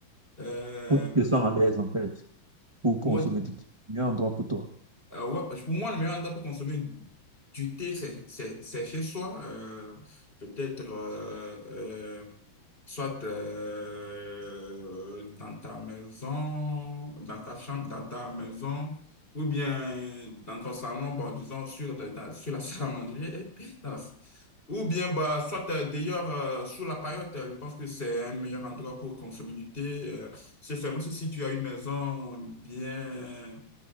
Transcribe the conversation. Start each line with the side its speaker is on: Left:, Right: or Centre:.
Left: euh,
Right: Où tu te sens à l'aise, en fait, pour consommer
Left: Pour être-
Right: du thé? Le meilleur endroit pour toi.
Left: euh, ouais, pour moi, le meilleur endroit pour consommer du thé, c'est c'est- c'est chez soi. euh, peut-être euh, euh, soit euh, dans ta maison, dans ta chambre, dans ta maison, ou bien dans ton salon, bon, disons, sur, le- dans- sur la <laughs> salle à manger. <laughs> dans la- ou bien, bah, soit euh, d'ailleurs euh, sous la paillote, euh, je pense que c'est un meilleur endroit pour consommer du thé. euh, c'est seulement si si tu as une maison bien